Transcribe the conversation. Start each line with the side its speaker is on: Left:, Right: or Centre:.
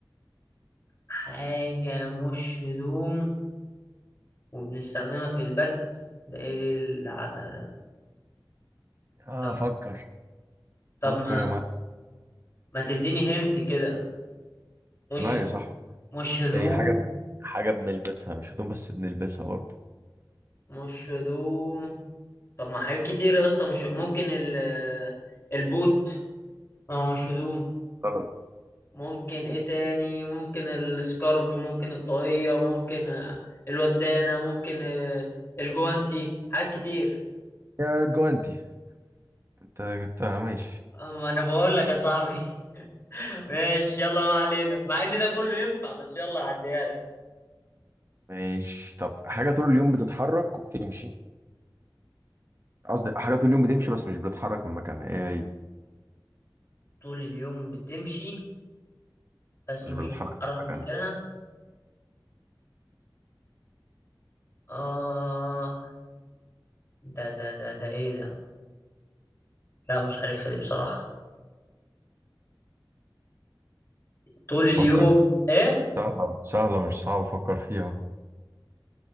Left: حاجة مش هدوم وبنستخدمها في البرد ده إيه العتا ده
Right: اه
Left: طب
Right: فكر
Left: طب
Right: فكر
Left: ما,
Right: يا معلم
Left: ما تديني هنت كده مش
Right: لا يا صاحبي
Left: مش هدوم
Right: هي حاجة حاجة بنلبسها مش هدوم بس بنلبسها برضه
Left: مش هدوم طب ما حاجات كتير يا اسطى مش ممكن ال البوت ما هو مش هدوم
Right: غلط
Left: ممكن ايه تاني ممكن السكارف ممكن الطاقية ممكن آه، الودانة ممكن آه، الجوانتي حاجات كتير
Right: يا جواندي انت جبتها ماشي
Left: ما انا بقول لك يا صاحبي <laughs> ماشي يلا ما علينا مع ان ده كله ينفع بس يلا هعديها لك
Right: ماشي طب حاجة طول اليوم بتتحرك وبتمشي قصدي حاجة طول اليوم بتمشي بس مش بتتحرك من مكانها ايه هي
Left: طول اليوم بتمشي بس
Right: مش
Left: مش
Right: بتتحرك
Left: بتتحرك
Right: من
Left: من
Right: مكانها
Left: مكانها اه ده ده ده ده ايه ده لا مش عارفها دي بصراحة طول اليوم
Right: فكر
Left: ايه
Right: سهلة سهلة مش صعب أفكر فيها